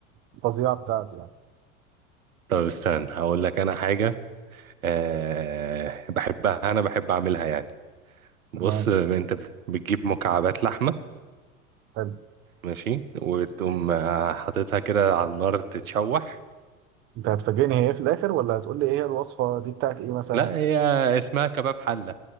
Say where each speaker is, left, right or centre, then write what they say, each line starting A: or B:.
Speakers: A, on the right; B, on the right.
A: الفظيعه بتاعتي يعني
B: طب استنى هقول لك انا حاجة أه بحبها انا بحب اعملها يعني
A: تمام
B: بص انت بتجيب مكعبات لحمة
A: حلو
B: ماشي وتقوم آه، حاططها كده على النار تتشوح
A: انت هتفاجئني هي ايه في الاخر ولا هتقول لي ايه هي الوصفه دي بتاعت ايه مثلا
B: لا هي اسمها كباب حلة